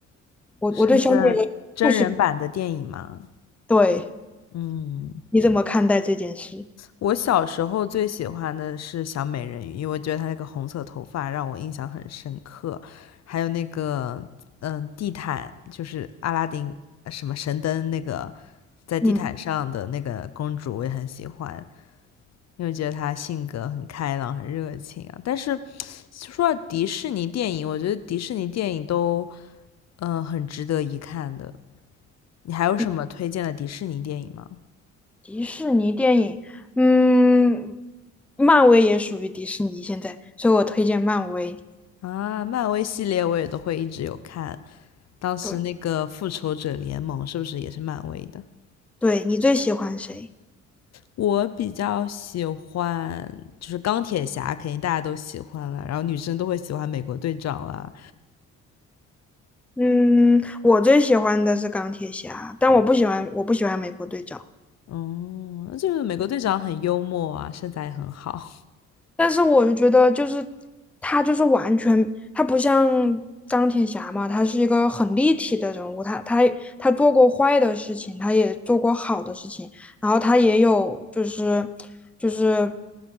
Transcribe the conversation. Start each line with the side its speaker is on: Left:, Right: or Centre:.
Centre: 我我对小美人鱼故事，
Left: 是那个真人版的电影吗？
Centre: 对，
Left: 嗯。
Centre: 你怎么看待这件事？
Left: 我小时候最喜欢的是小美人鱼，因为我觉得她那个红色头发让我印象很深刻，还有那个嗯地毯，就是阿拉丁呃什么神灯那个在地毯上的那个公主，
Centre: 嗯，
Left: 我也很喜欢，因为觉得她性格很开朗、很热情啊。但是说到迪士尼电影，我觉得迪士尼电影都嗯、呃很值得一看的。你还有什么推荐的迪士尼电影吗？
Centre: 迪迪士尼电影，嗯，漫威也属于迪士尼现在，所以我推荐漫威。
Left: 啊，漫威系列我也都会一直有看。当时那个复仇者联盟是不是也是漫威的？
Centre: 对，对，你最喜欢谁？
Left: 我比较喜欢就是钢铁侠，肯定大家都喜欢了，然后女生都会喜欢美国队长啦。
Centre: 嗯，我最喜欢的是钢铁侠，但我不喜欢，我不喜欢美国队长。
Left: 嗯，就是美国队长很幽默啊，身材也很好。
Centre: 但是我就觉得，就是他就是完全，他不像钢铁侠嘛，他是一个很立体的人物，他他他做过坏的事情，他也做过好的事情，然后他也有就是就是